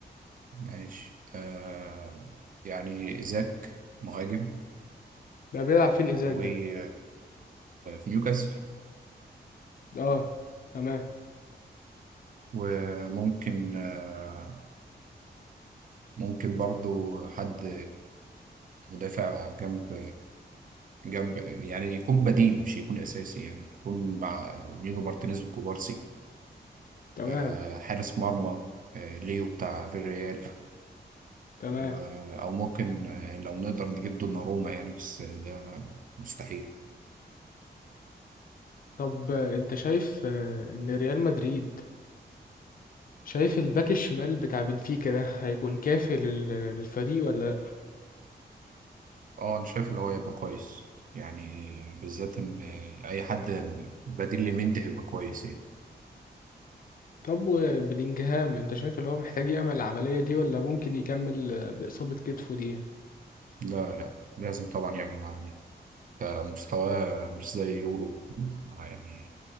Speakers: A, on the right; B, on the left.
A: ماشي آه يعني إيزاك مهاجم
B: ده بيلعب فين ايزاك
A: وفي
B: ده؟
A: نيوكاسل
B: اه تمام
A: وممكن آه ممكن برضو حد مدافع جنب جنب يعني يكون بديل مش يكون أساسي يعني يكون مع نيجو مارتينيز وكوبارسي
B: تمام
A: آه حارس مرمى آه ليو بتاع فيريال
B: تمام
A: و... او ممكن آه، لو نقدر نجيب دوناروما يعني بس ده مستحيل
B: طب آه، انت شايف آه، ان ريال مدريد شايف الباك الشمال بتاع بنفيكا ده هيكون كافي لل- للفريق ولا
A: اه انا شايف اللي هو يبقى كويس يعني بالذات ان اي حد بديل لمندي هيبقى كويس يعني
B: طب وبلينجهام انت شايف اللي هو محتاج يعمل العملية دي ولا ممكن يكمل بإصابة كتفه دي
A: لا لا لازم طبعا يعمل معاه دي مستواه مش زي يورو آه، يعني